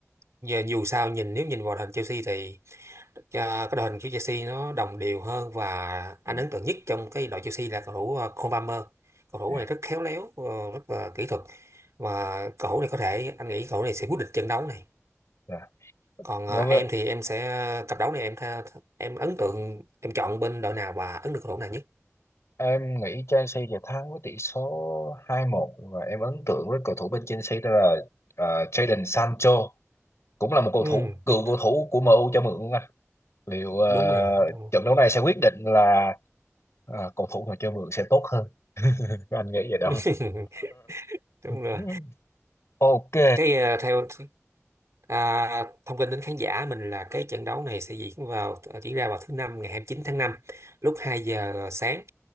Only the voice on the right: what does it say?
giờ dù sao nhìn nếu nhìn vào đội hình Chelsea thì ờ, cái đội hình của Chelsea nó đồng đều hơn và
anh ấn tượng nhất trong cái đội Chelsea là cầu thủ ờ, Cole Palmer cầu thủ
này rất khéo léo ờ, rất là kỹ thuật và cầu thủ này có thể anh nghĩ cầu thủ này sẽ quyết định trận đấu này
Còn
à, em
thì em sẽ cặp đấu này em tha, em ấn tượng em chọn bên đội nào và ấn được cầu thủ nào nhất?
Ừ,
đúng
đúng rồi đúng rồi,
<laughs> đúng
rồi.
cái à, theo à, thông tin đến khán giả mình là cái trận đấu này sẽ diễn vào à, diễn ra vào thứ năm ngày hai mươi chín tháng năm lúc 2 giờ sáng